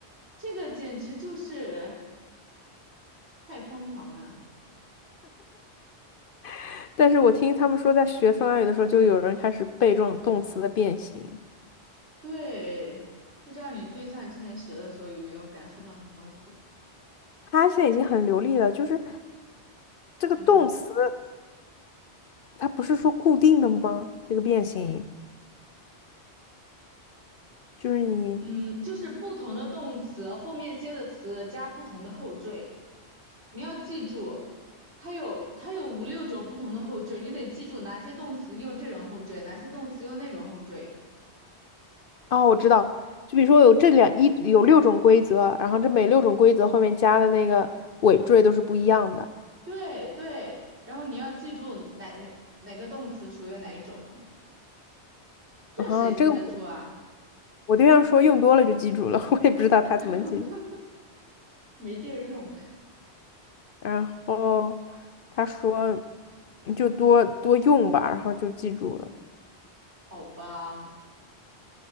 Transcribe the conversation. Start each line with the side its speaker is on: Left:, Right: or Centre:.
Right: 这个简直就是太疯狂了。
Left: <laughs> 但是我听他们说，在学芬兰语的时候，就有人开始背这种动词的变形，
Right: 对，不知道你对象之前学的时候有没有感受到很崩溃？
Left: 他现在已经很流利了，就是这个动词，
Right: 嗯
Left: 它不是说固定的吗？这个变形，就是你。
Right: 嗯，就是不同的动词后面接的词加不同的后缀。你要记住，它有它有五六种不同的后缀，你得记住哪些动词用这种后缀，哪些动词用那种后缀。
Left: 哦，我知道，就比如说有这两一有六种规则，然后这每六种规则后面加的那个尾缀都是不一样的。
Right: 对对，然后你要记住哪哪哪个动词属于哪一种，这谁记得住啊？
Left: 啊，这个我我对象说用多了就记住了，<laughs> 我也不知道他怎么记住。
Right: <laughs> 没地儿用，
Left: 然后他说你就多多用吧，然后就记住了。
Right: 好吧？